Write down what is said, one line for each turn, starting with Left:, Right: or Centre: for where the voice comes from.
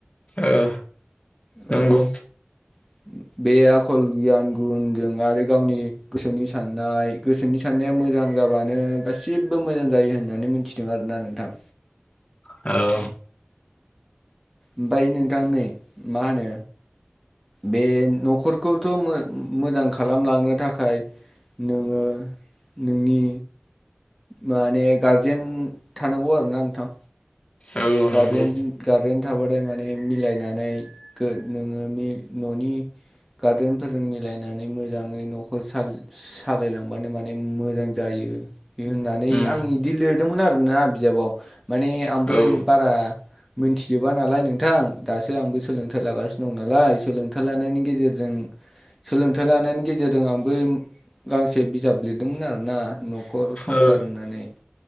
Left: ओ नंगौ।
Centre: औ <inaudible> बे आखल गियान गुनजों आरो गावनि गोसोनि साननाय गोसोनि साननाया मोजां मोजां जाबानो गासिबो मोजां जायो होननानै मिथिदों आरोना नोंथां।
Left: औ।
Centre: ओमफाय नोंथां नै मा होनो बे न'खरखौथ' मो-मोजां खालामलांनो थाखाय नोङो नोंनि माने गारजेन थानांगौ आरो ना नोंथां।
Left: औ
Centre: गारजेन
Left: नंगौ।
Centre: गारजेन थाबाथाय माने मिलायनानै गो नोङो नि न'नि गारजेनफोरजों मिलायनानै मोजाङै न'खर सालाय सालायलांबानो माने मोजां जा यो होननानै
Left: उम
Centre: आं इदि लिरदोंमोन आरोना बिजाबाव माने आंबो
Left: औ ओ
Centre: बारा मोनथिजोबा नालाय नोंथां दासो आंबो सोलोंथाइ लागासिनो दं नालाय सोलों थाइ लानायनि गेजेरजों सोलोंथाइ लानायनि गेजेरजों आंबो गांसे बिजाब लिरदोंमोन आरोना न' ख'र संसार
Left: औ
Centre: होननानै।